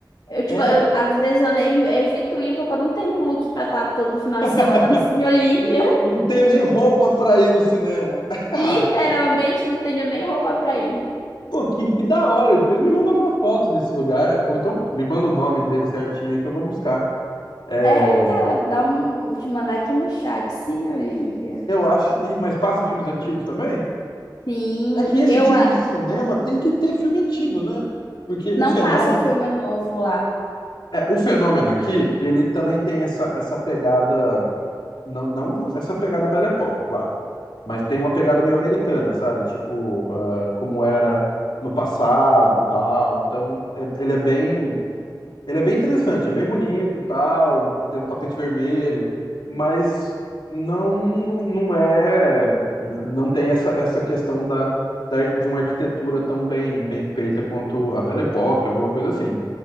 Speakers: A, on the left (about 60°); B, on the left (about 80°).
A: Eu, tipo,
B: É.
A: eu, às vezes eu nem evito ir porque eu não tenho look pra estar todo final
B: <laughs>
A: de semana no Cine Olímpia.
B: Não, não tenho nem roupa pra ir no cinema.
A: <laughs>
B: <laughs> Ah,
A: Literalmente não tenho nem roupa pra ir.
B: Pô, que, que da hora. Depois me manda alguma foto desse lugar, ou então me manda o nome dele certinho aí que eu vou buscar. É,
A: É, cara, dá um, vou te mandar aqui no chat, Cine Olímpia.
B: eu acho. E, mas passa filmes antigos também?
A: Sim,
B: É que esse
A: eu
B: tipo
A: a-
B: de cinema tem que ter filme antigo, né? Porque
A: não
B: o fenômeno.
A: passa filme novo lá.
B: É, o fenômeno aqui, ele também tem essa, essa pegada. Não, não essa pegada Belle Époque, claro. Mas tem uma pegada meio americana, sabe? Tipo, ah, como era no passado tal. Então, é- ele é bem. Ele é bem interessante, é bem bonito, tal, tem um tapete vermelho, mas não não, não é não tem essa, essa questão da, da- de uma arquitetura tão bem bem feita quanto a Belle Époque, alguma coisa assim.